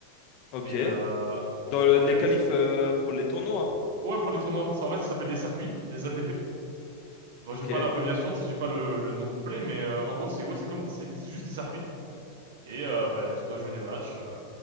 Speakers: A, on the left; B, on the right.
A: Ok.
B: Et, euh,
A: Dans
B: et
A: le-
B: en
A: les
B: fait,
A: qualifs euh, pour les tournois.
B: Ouais, pour les tournois. Ça, en fait, ça s'appelle des circuits, des ATP. Bon,
A: Ok.
B: j'ai pas l'abréviation, tu sais, j'ai pas le, le nom complet, mais euh, en gros, c'est ouais, c'est comme c'est juste des circuits. Et euh, bah, tu dois jouer des matchs euh,